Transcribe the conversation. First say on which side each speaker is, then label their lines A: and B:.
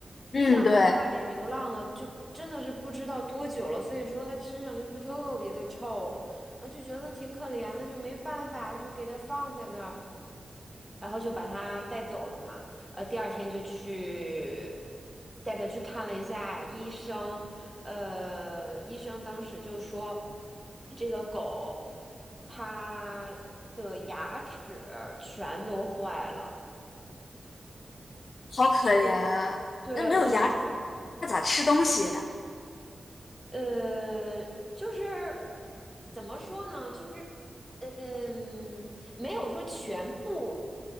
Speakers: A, on the left; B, in the centre.
A: 嗯，
B: 你想，
A: 对，
B: 它在外面流浪了，就真的是不知道多久了，所以说它身上就是特别的臭，呃，就觉得挺可怜的，就没办法，就给它放在那儿。然后就把它带走了嘛。呃，第二天就去带它去看了一下医生，呃，医生当时就说，这个狗它的牙齿全都坏了。
A: 好可怜啊，
B: 对对，
A: 那没有牙，
B: 就是这。
A: 它咋吃东西呀？
B: 呃，就是怎么说呢？就是嗯，没有说全部